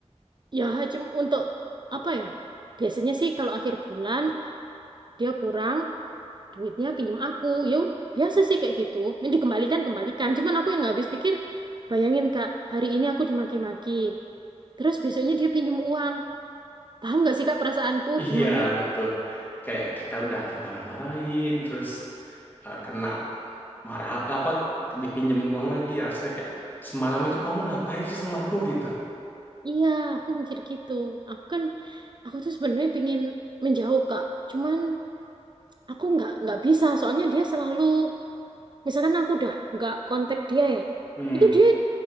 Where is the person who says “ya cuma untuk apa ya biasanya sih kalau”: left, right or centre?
Right